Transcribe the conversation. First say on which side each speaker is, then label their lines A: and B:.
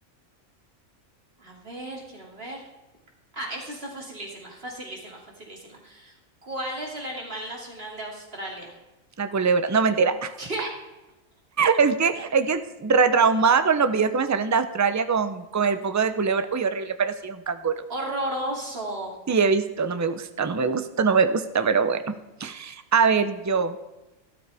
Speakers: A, on the right; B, on the right.
A: A ver, quiero ver. Ah, esta está facilísima, facilísima, facilísima. ¿Cuál es el animal nacional de Australia?
B: La culebra. No, mentira. <laughs>
A: ¡Qué
B: Es que, es que retraumada con los videos que me salen de Australia con, con el poco de culebra. Uy, horrible, pero sí es un canguro.
A: horroroso!
B: Sí, he visto. No me gusta, no me gusta, no me gusta, pero bueno. A ver, yo.